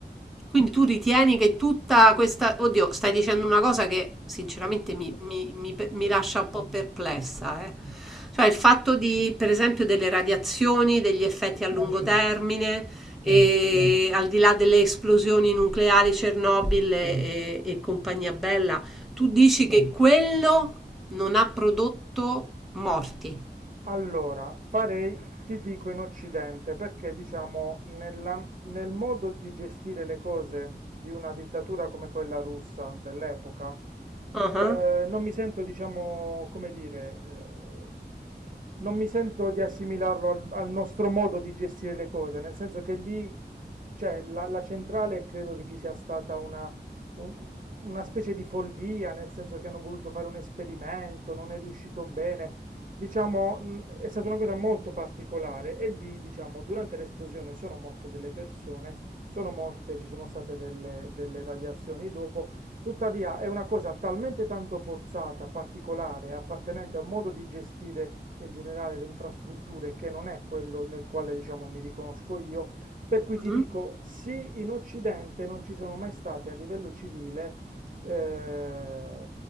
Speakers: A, in the centre; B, on the right (about 45°).
A: Quindi tu ritieni che tutta questa... Oddio, stai dicendo una cosa che sinceramente
B: dimmi, dimmi,
A: mi, mi- mi- mi
B: dimmi,
A: lascia un po' perplessa,
B: dimmi.
A: eh. Cioè il fatto di, per esempio, delle radiazioni, degli effetti
B: Eh sì,
A: a lungo termine,
B: sì, sì,
A: e al di là delle esplosioni nucleari, Chernobyl
B: sì,
A: e, e compagnia bella, tu
B: sì.
A: dici che quello non ha prodotto morti.
B: Allora, farei, ti dico in Occidente, perché diciamo nella- nel modo di gestire le cose di una dittatura come quella russa dell'epoca,
A: Ah,
B: eh,
A: ah.
B: non mi sento, diciamo, come dire, eh, non mi sento di assimilarlo al, al nostro modo di gestire le cose, nel senso che lì, cioè, la, la centrale credo che ci sia stata una un- una specie di follia, nel senso che hanno voluto fare un esperimento, non è riuscito bene. Diciamo, mh, è stata una cosa molto particolare e lì, diciamo, durante l'esplosione sono morte delle persone, sono morte, ci sono state delle, delle radiazioni dopo, tuttavia è una cosa talmente tanto forzata, particolare, appartenente a un modo di gestire in generale le infrastrutture che non è quello nel quale, diciamo, mi riconosco io, per cui
A: Mhm.
B: ti dico, sì, in Occidente non ci sono mai stati a livello civile eh,